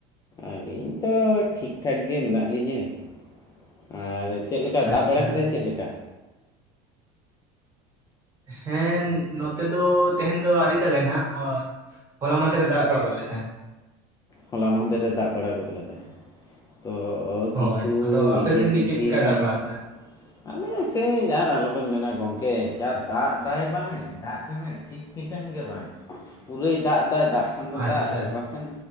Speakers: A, on the left; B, on the right.
A: ᱟᱹᱞᱤᱧ ᱛᱚ ᱴᱷᱤᱠ ᱴᱷᱟᱠ ᱜᱮ ᱢᱮᱱᱟᱜ ᱞᱤᱧᱟᱹ ᱾ ᱟᱨ ᱪᱮᱫ ᱞᱮᱠᱟ
B: ᱟᱪᱪᱷᱟ
A: ᱫᱟᱜ ᱵᱟᱲᱟ ᱠᱮᱫᱟ ᱪᱮᱫ ᱞᱮᱠᱟ?
B: ᱦᱮᱸᱱ ᱱᱚᱛᱮ ᱫᱚ ᱛᱮᱦᱮᱧ ᱫᱚ ᱟᱹᱨᱤ ᱫᱟᱜᱟᱭ ᱱᱟᱦᱟᱜ ᱦᱚᱞᱟ ᱢᱟᱫᱷᱮᱨ ᱮ ᱫᱟᱜ ᱵᱟᱲᱟ ᱠᱚᱞ ᱞᱮ ᱛᱟᱦᱮᱸᱱ ᱾
A: ᱦᱚᱞᱟ ᱢᱟᱦᱫᱮ ᱨᱮ ᱫᱟᱜ ᱵᱟᱲᱟ ᱜᱚᱫ ᱞᱮᱫᱟᱭ ᱾ ᱛᱚ
B: ᱦᱳᱭ
A: ᱠᱤᱪᱩ
B: ᱟᱫᱚ ᱟᱯᱮ
A: ᱤᱭᱟᱹ
B: ᱥᱮᱱ
A: ᱫᱤᱠ
B: ᱜᱮ ᱪᱮᱫ
A: ᱫᱤᱭᱟᱞᱟᱝ
B: ᱞᱮᱠᱟᱭ ᱫᱟᱜ ᱵᱟᱲᱟ
A: ᱾
B: ᱟᱠᱟᱫᱟ?
A: ᱟᱞᱮ ᱥᱮ ᱟᱨ ᱟᱞᱚᱵᱮᱱ ᱢᱮᱱᱟ ᱜᱚᱝᱠᱮ ᱡᱟ ᱫᱟᱜ ᱫᱟᱭ ᱵᱟᱝ ᱮ ᱫᱟᱜ ᱨᱮᱱᱟᱜ ᱪᱮᱫ ᱴᱷᱤᱠ ᱴᱷᱤᱠᱟᱹᱱ ᱜᱮ ᱵᱟᱝ ᱾ ᱯᱩᱨᱟᱹᱭ ᱫᱟᱜ ᱫᱟᱭ ᱫᱟᱜ ᱠᱷᱟᱱ ᱫᱚ
B: ᱟᱪᱪᱷᱟ
A: ᱫᱟᱜ ᱟᱨ ᱵᱟᱝᱠᱷᱟᱱ